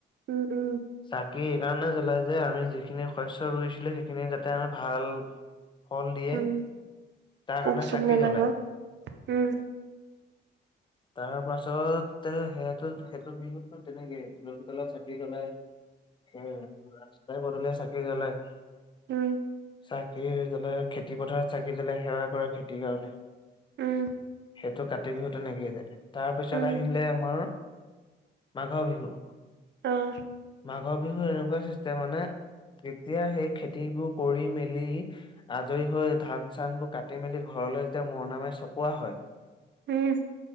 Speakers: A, on the right (about 70°); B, on the left (about 25°).
A: উম উম।
B: চাকি এইকাৰণে জ্বলাই যে আমি যিখিনি শস্য ৰুইছিলো সেইখিনি যাতে আমি ভাল ফল দিয়ে
A: উম
B: তাৰ
A: পোক
B: কাৰণে
A: চোক
B: চাকি
A: নালাগক
B: জ্বলায়।
A: উম।
B: তাৰ পাছত সেইহঁতৰ সেইটো বিহুত তেনেকেই তুলসী তলত চাকি জ্বলাই ৰাস্তাই পদুলিয়ে চাকি জ্বলায়।
A: উম।
B: চাকি জ্বলে, খেতি পথাৰত চাকি জ্বলে সেৱা কৰে খেতিৰ কাৰণে।
A: উম
B: সেইটো কাতি বিহু তেনেকেই যায়। তাৰপিছত
A: উম,
B: আহিলে আমাৰ মাঘৰ বিহু
A: উম।
B: মাঘৰ বিহু এনেকুৱা চিষ্টেম মানে যেতিয়া সেই খেতিবোৰ কৰি মেলি আজৰি হৈ ধান-চানবোৰ কাটি মেলি ঘৰলৈ যেতিয়া মৰণা মাৰি চপোৱা হয়,
A: উম।